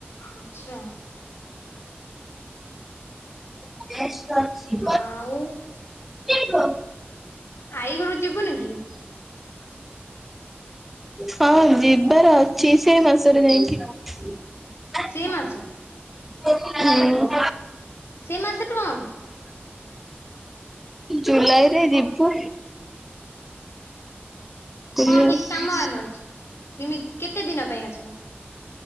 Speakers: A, on the left; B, in the centre.
A: ଆଚ୍ଛା।
B: <unintelligible>
A: ଆଉ
B: <unintelligible>
A: ଆଈ ଘରୁ କୁ ଯିବୁନି କି?
B: ହଁ ଯିବାର ଅଛି। ସେଇ ମାସରେ ଯାଇକି। <unintelligible>
A: ସେଇ ମାସ
B: ହୁଁ।
A: ସେ ମାସରେ କଣ କି?
B: ଜୁଲାଇ ରେ ଯିବୁ। ଏ
A: କଣ କିଛି କାମ ଫାମ ଅଛି? କେତେ ଦିନ ପାଇଁ ଆସିବୁ?